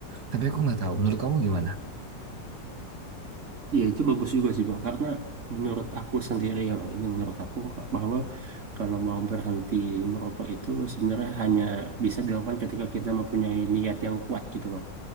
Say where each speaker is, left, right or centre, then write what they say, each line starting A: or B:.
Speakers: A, on the right (about 60°); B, on the right (about 45°).
A: Tapi aku nggak tahu. Menurut kamu gimana?
B: ya itu bagus juga sih Bang, karena menurut aku sendiri ya Bang, ini menurut aku Kak, bahwa kalau mau berhenti merokok itu sebenarnya hanya bisa dilakukan ketika kita mempunyai niat yang kuat gitu Bang.